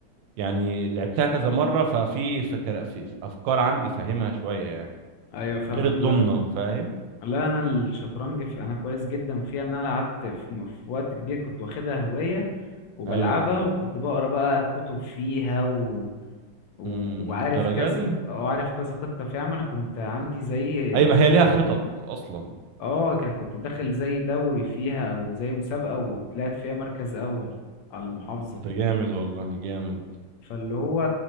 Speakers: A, on the right; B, on the left.
A: يعني لعبتها كذا مره ففي فكر في في افكار عندي فاهمها شويه يعني
B: ايوه فاهمك
A: غير الضمنه
B: لا
A: فاهم
B: لا انا الشطرنج في انا كويس جدا فيها ان انا قعدت في, م- في وقت كبير كنت واخدها هواية وبلعبها
A: ايوه
B: وكنت بقرا بقى كتب فيها و... و-
A: امم
B: وعارف
A: الدرجه
B: كذا
A: دي
B: وعارف كذا خطة فيها ما انا كنت عندي زي
A: اي ما هي ليها خطط اصلا
B: اه ك- كنت داخل زي دوري فيها او زي مسابقة وطلعت فيها مركز اول على المحافظة
A: طب ده جامد والله جامد
B: فاللي هو